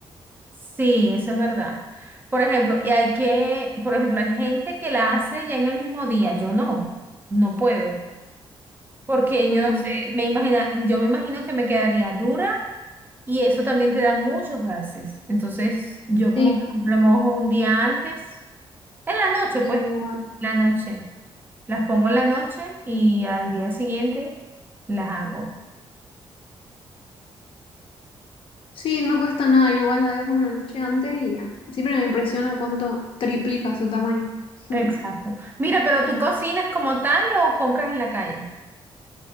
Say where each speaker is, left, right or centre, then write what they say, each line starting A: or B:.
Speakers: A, on the right (about 20°); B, on the left (about 65°).
A: sí, eso es verdad. Por ejemplo, y hay que, por ejemplo, hay gente que la hace ya en el mismo día. Yo no, no puedo. Porque
B: Ujú.
A: yo no sé, me imagina, yo me imagino que me quedaría dura y eso también te da muchos gases. Entonces, yo como
B: Sí,
A: que remojo un día antes, en la noche,
B: sí,
A: pues,
B: igual.
A: la noche. Las pongo en la noche y al día siguiente las hago.
B: Sí, no cuesta nada. yo Igual la dejo una noche antes y ya. Siempre me impresiona cuánto triplica su tamaño. <laughs>
A: Exacto.
B: Ujú.
A: Mira, pero ¿tú cocinas como tal o compras en la calle?